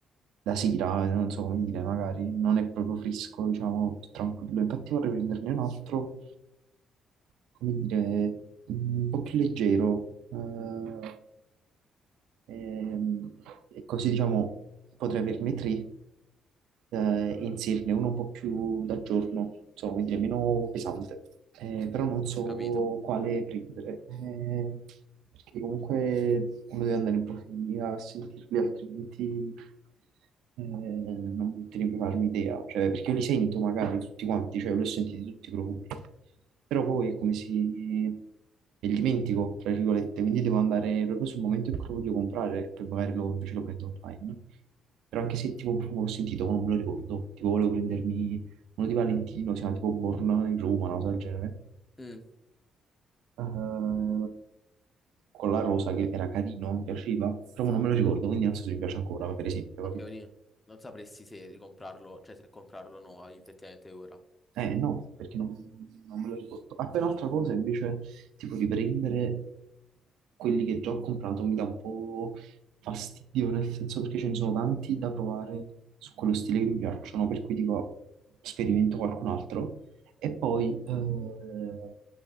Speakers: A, on the right (about 85°); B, on the left (about 20°).
A: da sera, non so come dire, magari non è proprio fresco, diciamo, tranquillo. Infatti vorrei prenderne un altro, come dire, un po' più leggero. eh, Ehm, E così diciamo potrei averne tre eh, e inserirne uno un po' più da giorno, insomma, quindi è meno pesante. Eh, però non so
B: Capito.
A: quale prendere, eh, perché comunque uno deve andare in profondità a sentirli, altrimenti eh, non te ne puoi farmi idea, cioè, perché io li sento magari tutti quanti, cioè, li ho sentiti tutti i profumi, però poi è come se me li dimentico, tra virgolette, quindi devo andare proprio sul momento in cui lo voglio comprare, poi magari lo, invece lo prendo online, però anche se tipo un profumo l'ho sentito, ma non me lo ricordo, tipo volevo prendermi uno di Valentino, si chiama tipo Born in Roma, una cosa del genere,
B: Mm,
A: Eh, con la rosa che era carino, mi piaceva, però non me lo ricordo, quindi non so se mi piace ancora, per esempio,
B: ok,
A: capito?
B: quindi non sapresti se ricomprarlo, cioè se comprarlo o no effettivamente ora.
A: Eh no, perché non, non me lo ricordo. Appena un'altra cosa invece, tipo riprendere quelli che già ho comprato mi dà un po' fastidio, nel senso perché ce ne sono tanti da provare su quello stile che mi piacciono, per cui dico sperimento qualcun altro e poi eh,